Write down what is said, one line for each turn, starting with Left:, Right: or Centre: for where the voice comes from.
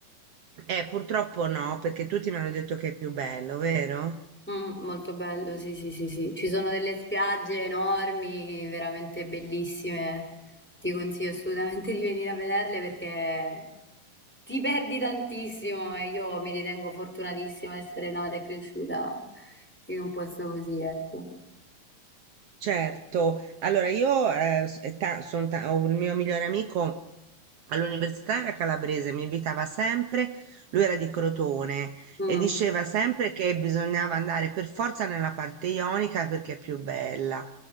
Right: Eh, purtroppo no, perché tutti mi hanno detto che è più bello, vero?
Centre: Mh, molto bello, sì, sì, sì, sì. Ci sono delle spiagge enormi, veramente bellissime. Ti consiglio assolutamente <laughs> di venire a vederle perché ti perdi tantissimo e io mi ritengo fortunatissima di essere nata e cresciuta in un posto così, ecco.
Right: Certo, allora io eh, s- eh, ta- son ta- ho il mio migliore amico all'università era calabrese, mi invitava sempre, lui era di Crotone
Centre: Mh,
Right: e diceva sempre che bisognava andare per forza nella parte ionica perché è più bella,